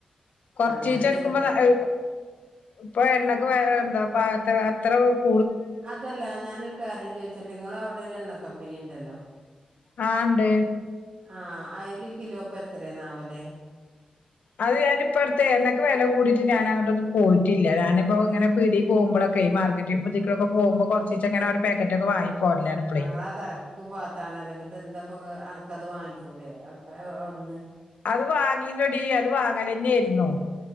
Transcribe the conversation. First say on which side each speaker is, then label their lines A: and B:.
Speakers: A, on the left; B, on the right.
A: കൊറച്ചീച്ചേ
B: അങ്ങനെ എന്തേലൊക്കെ
A: എടുക്കുമ്പോ <unintelligible> ഇപ്പൊ എണ്ണക്കു <unintelligible> <unintelligible>
B: അതല്ലാ ഞാനൊരു കാര്യം ചോദിച്ചിട്ട് ഇങ്ങള് അവിടെ ഒരു എണ്ണക്കമ്പിനിയിണ്ടല്ലോ
A: ആ ഇണ്ട്
B: ആ അയില് കിലോ ഇപ്പ എത്രയാവുല്ലേ
A: അത് ഞാൻ ഇപ്പടുത്ത് എണ്ണക്കു വെല കൂടിട്ട് ഞാൻ അങ്ങോടൊന്നും പോയിട്ടില്ലാ ഞാനിപ്പോ ഇങ്ങനെ പീടി പോകുമ്പൊളൊക്കെ <unintelligible> കൊറച്ചീച്ചൊക്കെ പാക്കറ്റൊക്കെ വാങ്ങി പോരലാണ് ഇപ്പളേ
B: ഞങ്ങളത് അലക്കു ഭാഗത്താണ് <unintelligible> എന്തപ്പ <unintelligible> നക്കത് വാങ്ങിഫൂടെ അവിടന്ന്
A: അത് വാങ്ങിയല്ലോടി അത് വാങ്ങല് തന്നെയാരുന്നു